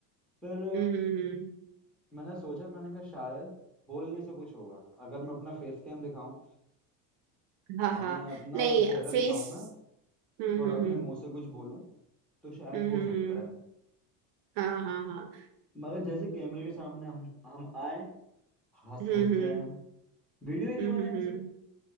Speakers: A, in the centre; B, on the right.
A: फिर
B: हम्म हम्म, हम्म,
A: मैंने सोचा मैंने कहा शायद बोलने से कुछ होगा अगर मैं अपना फेस कैम दिखाऊं
B: हाँ
A: अगर
B: हाँ
A: मैं अपना
B: नहीं
A: चेहरा
B: फेस
A: दिखाऊं मैं
B: हम्म
A: और
B: हम्म
A: अपने मुंह से कुछ बोलूं तो शायद
B: हम्म
A: हो
B: हम्म
A: सकता
B: हम्म, हम्म,
A: है
B: हाँ हाँ हाँ
A: मगर जैसे कैमरे के सामने हम हम आए हंस
B: हम्म
A: हंस
B: हम्म
A: जाए हम वीडियो ही नहीं
B: हम्म
A: बने
B: हम्म
A: हमसे
B: हम्म,